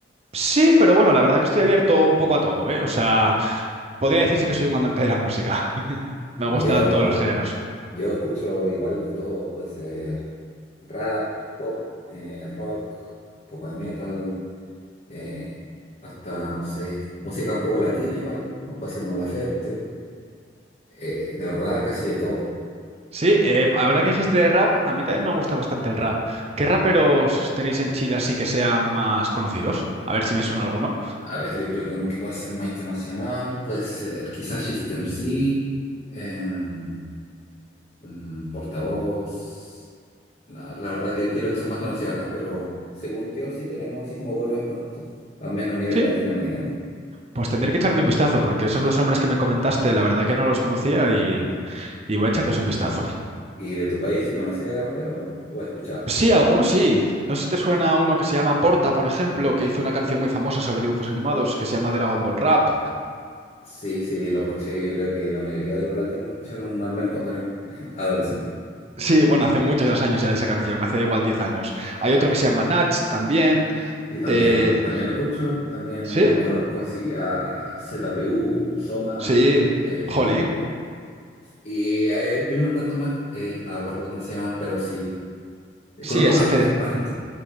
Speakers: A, on the right; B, on the left.
A: Sí, pero bueno, la verdad que estoy abierto un poco a todo, ¿eh? O sea, podría decirse que soy un amante de la música. <laughs> Me
B: Yo,
A: gustan todos los géneros.
B: yo escucho igual de todo, puede ser rap, pop, eh, rock, un poco de metal, eh, hasta, no sé, música un poco latina igual, como puede ser Mon Laferte. Eh, de verdad, casi de todo.
A: Sí, eh, ahora que dijiste de rap, a mí también me gusta bastante el rap. ¿Qué raperos tenéis en Chile así que sean más conocidos? A ver si me suena alguno.
B: A ver, yo creo que uno que puede ser más internacional puede ser quizás System C, em, mm, portavoz. La, la verdad que creo que son más conocidos acá, pero según yo sí tenemos así como buenos exponentes, al menos a nivel
A: Sí,
B: latinoamericano.
A: pues tendré que echarle un vistazo, porque esos dos hombres que me comentaste, la verdad que no los conocía y,
B: ¿no?
A: y voy a echarles un vistazo.
B: ¿Y de tu país si conoces a rapero o no? ¿O has escuchado?
A: Sí, algunos sí. No sé si te suena uno que se llama Porta, por ejemplo, que hizo una canción muy famosa sobre dibujos animados que se llama Dragon Ball Rap.
B: Sí, sí, lo escuché. Yo creo que la mayoría de los latinos lo escucharon al menos cuando eran <laughs> adolescentes.
A: Sí, bueno, hace muchos años ya de esa canción, hace igual 10 años. Hay otro que se llama Natch también.
B: Sí, también
A: eh,
B: lo, también lo escucho, también
A: ¿sí?
B: conozco así a Z P U Soma,
A: Sí,
B: eh,
A: jolín.
B: y hay, hay unos cuantos más, eh, no me acuerdo cómo se llama pero sí, eh,
A: Sí,
B: conozco
A: es
B: bastante,
A: F...
B: bastante.